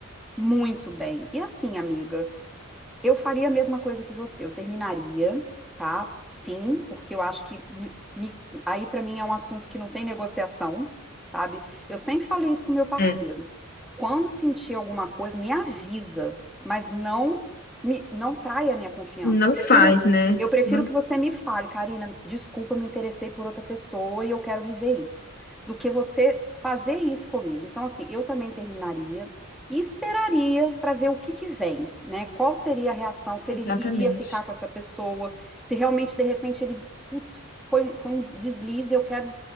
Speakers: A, in the centre; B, on the left.
A: Muito bem. E assim, amiga. Eu faria a mesma coisa que você, eu terminaria, tá? Sim, porque eu acho que me- me- aí pra mim é um assunto que não tem negociação, sabe? Eu sempre falei isso com meu parceiro.
B: É,
A: Quando sentir alguma coisa, me avisa, mas não me, não traia a minha confiança.
B: não
A: Eu prefiro
B: faz, né?
A: eu prefiro
B: Não,
A: que você me fale, Karina, desculpa, me interessei por outra pessoa e eu quero viver isso, do que você fazer isso comigo. Então, assim, eu também terminaria. E faria para ver o que que vem, né? Qual seria a reação, se
B: exatamente.
A: ele iria ficar com essa pessoa, se realmente de repente ele, putz, foi um, foi um deslize, eu quero,